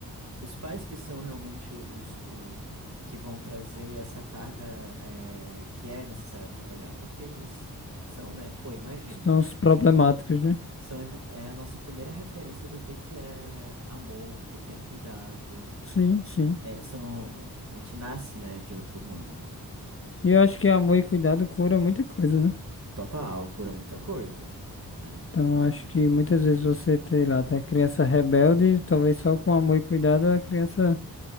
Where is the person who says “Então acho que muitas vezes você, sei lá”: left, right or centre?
Left